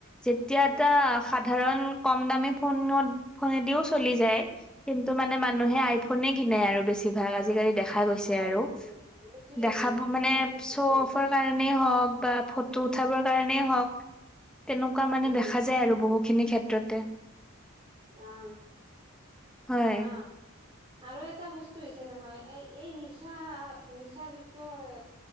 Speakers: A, in the centre; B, on the right.
A: যেতিয়া
B: উম
A: এটা সাধাৰণ কম দামী ফোনত ফোনেদিও চলি যায় কিন্তু মানে মানুহে
B: অ
A: আইফোনে কিনে আৰু বেছিভাগ আজিকালি দেখা গৈছে
B: অ
A: আৰু
B: সেইটোয়ে সেইটোয়ে
A: দেখা
B: সেইটো
A: পো মান
B: প্ৰব্লেম সেইটোয়ে
A: শ্ব'
B: হৈছে
A: অফৰ কাৰণে হক বা ফটো উঠাবৰ কাৰণে হওক, তেনেকুৱা মানে
B: উম
A: দেখা যায় আৰু বহুখিনি ক্ষে ত্ৰতে।
B: আহ
A: হয়
B: আহ। আৰু এটা বস্তু হৈছে নহয় এই এই নিচা নিচাযুক্ত এ